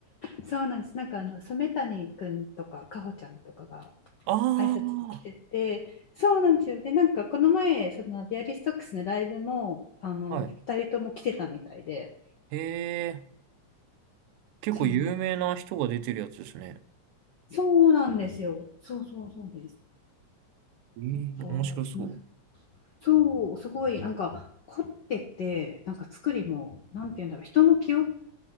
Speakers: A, on the left; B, on the right.
A: そうなんです。なんかあの染谷くんとかかほちゃんとかが
B: あ
A: 挨拶に来てて、そうなんですよ。で、なんかこの前、そのビアリストックスのライブも、あの、
B: あはい。
A: 二人とも来てたみたいで、
B: ー、えー、結構有名な人が出てるやつですね。
A: そうなんです。そうなんですよ。そうそうそうです。
B: ええ、
A: こう面
B: 面白そう。
A: そう、すごい、なんか、凝ってて、なんか作りも、なんて言うんだろう、人の記憶、